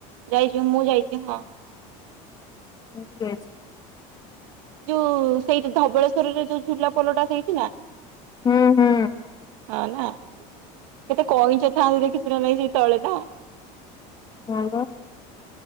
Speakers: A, on the right; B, on the left.
A: ଯାଇଛି, ମୁଁ ଯାଇଛି ହଁ।
B: ମୁଁ ଯାଇ
A: ଯୋଉ ସେଇଠି ଧବଳେଶ୍ୱରରେ ଯୋଉ ଝୁଲା ପୋଲଟା ହେଇଥିଲା?
B: ହୁଁ ହୁଁ।
A: ହଁ ନା। କେତେ କଇଁଛ ଥାଆନ୍ତି ଦେଖିଚୁ ନା ନାହିଁ ସେଇ ତଳେ ନା।
B: ହଁ ଵା।